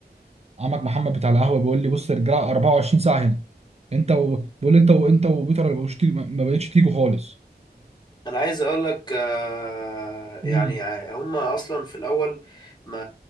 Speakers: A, on the right; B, on the left.
A: عمك محمد بتاع القهوه بيقول لي بص الرجاله 24 ساعه هنا انت و... بيقول لي انت وانت وبيتر ما بقوش تيجوا- ما بقتش تيجوا خالص
B: انا عايز اقول لك آه،
A: فاهم
B: يعني آه، هم اصلا في الاول ما